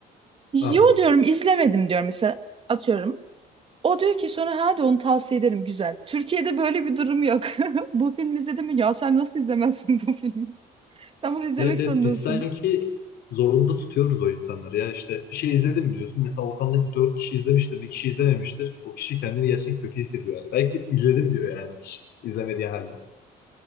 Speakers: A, on the right; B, on the left.
A: Yo
B: Anladım.
A: diyorum izlemedim diyorum mesela atıyorum. O diyor ki sonra hadi onu tavsiye ederim güzel. Türkiye'de böyle bir durum yok. <laughs> Bu film izledin mi? Ya sen nasıl izlemezsin bu filmi? Sen bunu izlemek
B: Evet
A: zorundasın.
B: evet biz sanki zorunda tutuyoruz o insanları ya işte bir şey izledim mi diyorsun mesela ortamdaki dört kişi izlemiştir bir kişi izlememiştir o kişi kendini gerçekten kötü hissediyor yani belki de izledim diyor yani o kişi izlemediği halde